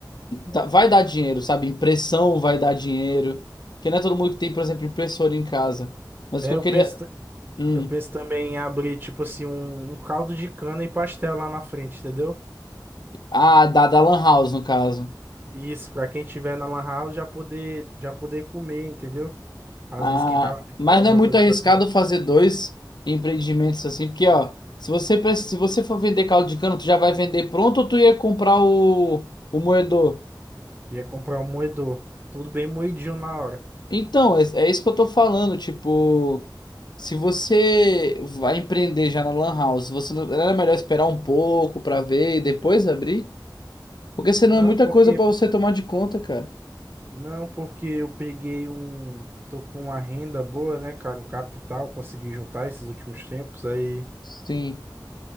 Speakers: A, on the left (about 65°); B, on the right (about 25°).
A: tá- vai dar dinheiro, sabe? Impressão vai dar dinheiro. Porque não é todo mundo que tem, por exemplo, impressora em casa. Mas
B: É,
A: o que eu
B: eu
A: queria...
B: penso, t-
A: Hum,
B: eu penso também em abrir, tipo assim, um, um caldo de cana e pastel lá na frente, entendeu?
A: ah, da, da lan house, no caso.
B: Isso, pra quem tiver na lan house já poder, já poder comer, entendeu? Às
A: Ah,
B: vezes quem tá lá dentro
A: mas
B: quer alguma
A: não é muito
B: coisa
A: arriscado
B: pra comer,
A: fazer dois empreendimentos assim, porque ó, se você pre- se você for vender caldo de cana, tu já vai vender pronto ou tu ia comprar o, o moedor?
B: ia comprar um moedor. Tudo bem moidinho na hora.
A: Então, é, é isso que eu tô falando, tipo, se você vai empreender já na Lan House, você não, não era melhor esperar um pouco pra ver e depois abrir? Porque senão
B: Não,
A: é muita
B: porque
A: coisa pra você tomar de conta, cara.
B: não, porque eu peguei um, tô com uma renda boa, né, cara, um capital, consegui juntar esses últimos tempos, aí
A: Sim.